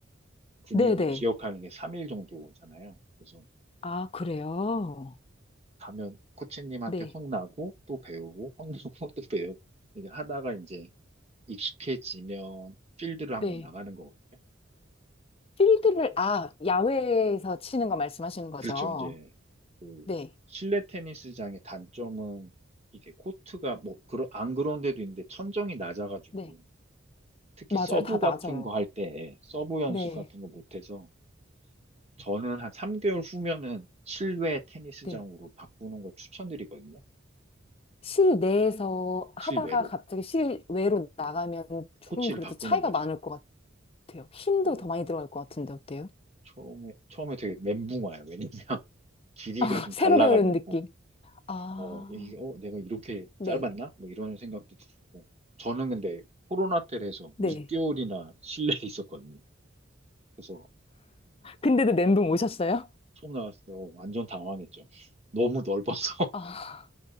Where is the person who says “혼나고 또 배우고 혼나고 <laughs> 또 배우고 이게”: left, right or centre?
Right